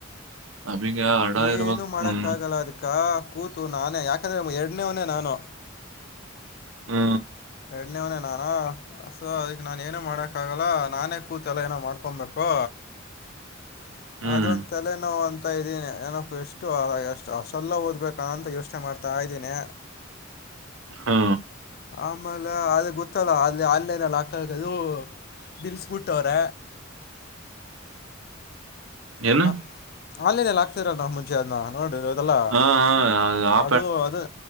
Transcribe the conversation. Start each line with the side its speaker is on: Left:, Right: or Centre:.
Right: ಅಮಗ ಹರ್ಡ
Left: ಏನೂ
Right: ಇರ್ಬೇಕ
Left: ಮಾಡೋಕ್ಕಾಗಲ್ಲ
Right: ಹ್ಮ
Left: ಅದಕ್ಕೆ ಕೂತು ನಾನೇ ಯಾಕಂದ್ರೆ ಎರಡನೇವನೆೇ ನಾನು
Right: ಹ್ಮ
Left: ಎರಡನೇವನೇ ನಾನು ಸೊ ಅದಕ್ ನಾನ್ ಏನು ಮಾಡಕ್ ಆಾಗಲ್ಲ ನಾನೇ ಕೂತ್ ಎಲ್ಲ ಏನೋ ಮಾಡ್ಕೊಬೇಕು <inaudible>
Right: ಹ್ಮ್
Left: ಅದೊಂದು ತಲೆನೋವು ಅಂತ ಇದೀನಿ ನನ ಎಷ್ಟುಷ್ಟ ಸಲ್ಲ ಓದ್ಬೇಕಂತ ಯೋಚನೆ ಮಾಡ್ತಾರೆ ಕಾಯ್ದನೆ
Right: ಹಾ
Left: ಆಮೇಲೆ ಅದು ಗೊತ್ತಲ್ಲ ಅಲ್ಲಿ ಅನ್ನಲ್ಲ ಆಕ್ಕದು ಬಲ್ಸ್ ಬಿಟ್ಟೋರ
Right: ಏನು
Left: ಹ ಅಲ್ಲಿನಲ್ಲ ರ ನ ಮುಂಚೆ ಅದನ್ನ ನೋಡ ಇದೆಲ್ಲ
Right: ಹಾ ಹಾ ಆ
Left: ಅದು ಅದು